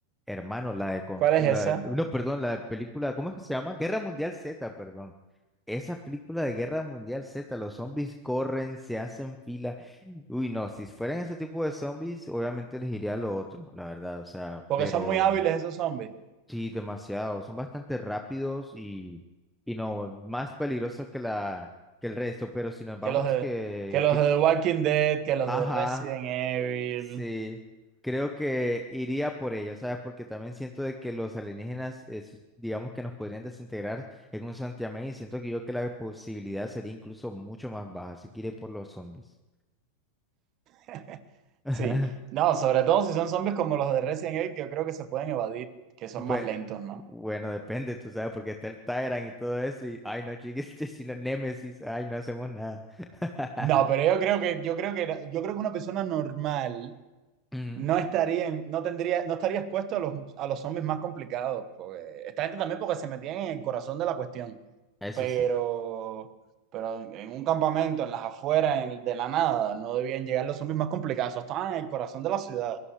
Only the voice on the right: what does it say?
¿Cuál es esa?
Porque
son muy hábiles esos zombies,
que los de,
que los
de The Walking Dead, que los
de Resident Evil.
<laughs>
Sí, no, sobre todo si son zombies como los de Resident Evil, que yo creo que se pueden evadir, que son
más lentos, ¿no?
No, pero yo creo que, yo creo que, yo creo que una persona normal
no estaría, en- no tendría, no estaría expuesto a los, a los zombies más complicados, porque esta gente también porque se metían en el corazón de la cuestión,
pero,
pero en un campamento, en las afueras, en- de la nada, no debían llegar los zombies más complicados, esos estaban en el corazón de la ciudad,